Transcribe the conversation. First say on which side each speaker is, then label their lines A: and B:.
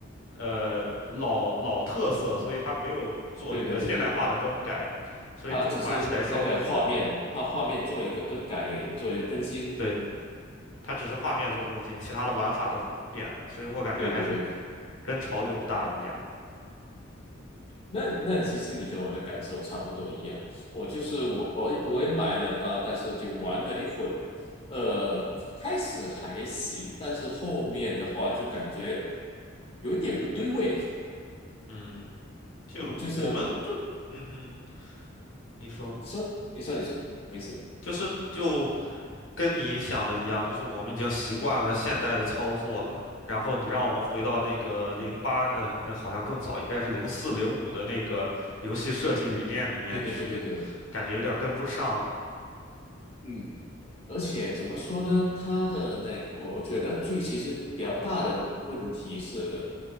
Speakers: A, on the left; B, on the left.
A: 呃老老特色，所以他没有做这个现代化的更改，
B: 对对对对，
A: 所以就玩起来稍微，
B: 它只是那个画面，
A: 嗯，
B: 它画面做一个更改而已，做一个更新。
A: 对，它只是画面做更新，其他的玩法都是不变的，所以我感觉还是
B: 对对对，
A: 跟潮流不大一样。
B: 那那其实你跟我的感受差不多一样，我就是我我也我也买了啊，
A: 嗯
B: 但是就玩了一会儿，呃，开始还行，但是后面的话就感觉有一点不对味，
A: 嗯，就我们就嗯哼，
B: 嗯，就是
A: 你说
B: 你说你说你说没事，
A: 就是就。跟你想的一样，就是我们已经习惯了现代的操作了。然后你让我们回到那个零八，呃，那好像更早，应该是零四零五的那个游戏设计理念里面去，
B: 对对对对对，
A: 感觉有点跟不上。
B: 嗯。而且怎么说呢？它的那个，我我觉得最其实比较大的问题是